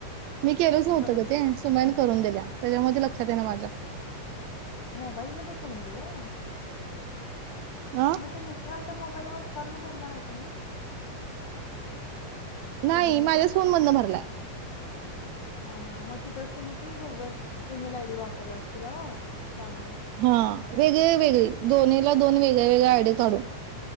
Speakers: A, on the right; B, on the left.
A: मी केलंच नव्हतं
B: करून
A: ग ते सुमन करून दिल्या त्याच्या मध्ये लक्षात येईना माझ्या
B: मोबाईल मध्ये करून दिलाय?
A: आ
B: मग ते मिस्टरांच्या मोबाईलवर फॉर्म भरला नाही तुम्ही?
A: नाही
B: ती लिंक
A: माझ्या फोन मधन भरलाय.
B: हा हा तिथे असतं मग गुगल ईमेल आयडी वापरला की ओ त्यामुळ
A: हा वेगळे, वेगळी. दोन्ही ला दोन वेगळे -वेगळे आयड काढून.